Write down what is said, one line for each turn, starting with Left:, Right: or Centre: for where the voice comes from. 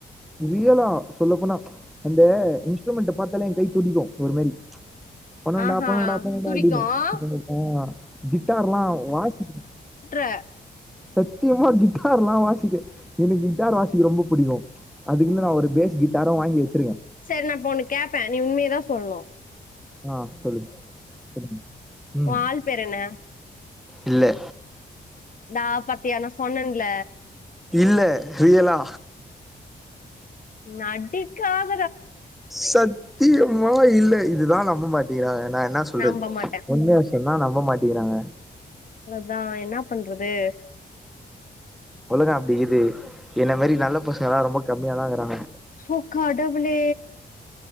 Centre: வியலோ சொல்லப்போனா அந்த இன்ஸ்ட்ருமெண்ட பாத்தாலே என் கை துடிக்கு ஒரு மாரி பண்னுண்டா
Left: ஆஹா!
Centre: பண்ணனுண்டா பண்ணனுண்டா
Left: துடிக்கும்.
Centre: அப்டின்னு அ கிட்டார்ல்லாம் வாசிக்
Left: அ
Centre: சத்தியமா கிட்டார்ல்லா வாசிக்க எனக்கு கிட்டார் வாசிக்க ரொம்ப புடிக்கு அதுக்குன்னு நா ஒரு பேஸ் கிட்டாரு வாங்கி வச்சிருக்க
Left: சரி நா இப்ப நா ஒண்ணு கேப்ப நீ உண்மையதா சொல்னு
Centre: ஆஹ் சொல்லுங் சொல்லுங்க உம்
Left: உன் ஆள் பேர் என்ன?
Centre: இல்லே
Left: நா பாத்தியா நா சொன்னன்ல
Centre: இல்ல ரியலா
Left: நடிக்காத
Centre: சத்தியமா இல்லை இதுதா நம்ப மாட்டுகிறாங்க நா என்னா சொல்றது
Left: நம்ப மாட்டேன்.
Centre: உண்மய சொன்னா நம்ப மாட்டுகிறாங்க
Left: அத்தா என்னா பண்றது
Centre: உலகோ அப்டி கிது என்ன மாரி நல்ல பசங்கல்லா ரொம்ப கம்மியாதாகிறாங்க
Left: ஓ கடவுளே